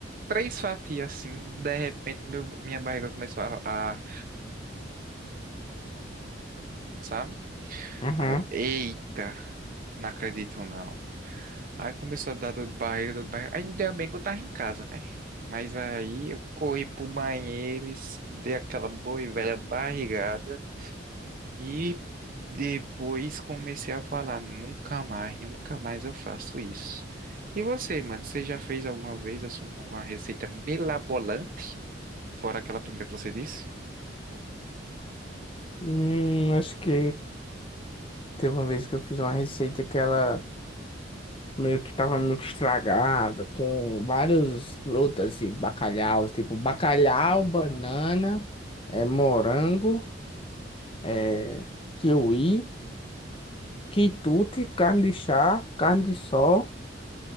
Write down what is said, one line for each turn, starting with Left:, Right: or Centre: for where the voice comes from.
Right: três fatias assim, de repente meu- minha barriga começou a, a... sabe?
Left: Uhum.
Right: Aí eu, eita, não acredito não. Aí começou a dar dor de barriga, dor de barriga. Ainda bem que eu tava em casa, né? Mas aí eu corri pro banheiro, es- dei aquela boa e velha barrigada e depois comecei a falar, nunca mais, nunca mais eu faço isso. E você, mano, você já fez alguma vez assim, uma receita mirabolante? Fora aquela primeira que você disse?
Left: Hum, acho que teve uma vez que eu fiz uma receita que ela. meio que tava meio que estragada, com várias frutas e bacalhau, tipo bacalhau, banana, é, morango, é, kiwi, quitute, carne de chá, carne de sol,